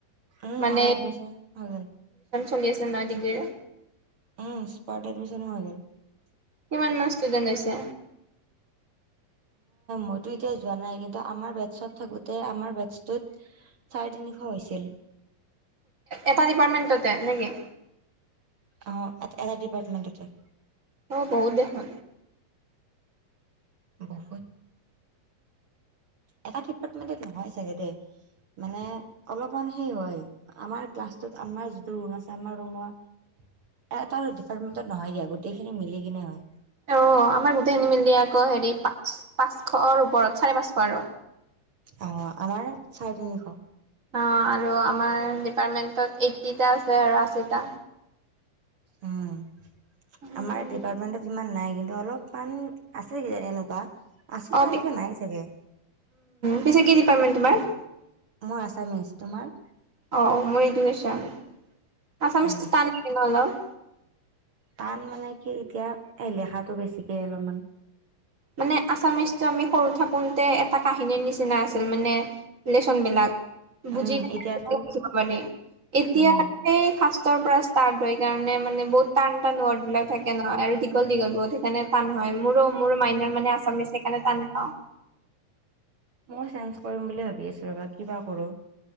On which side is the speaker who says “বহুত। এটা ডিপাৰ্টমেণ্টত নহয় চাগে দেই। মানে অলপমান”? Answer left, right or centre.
Right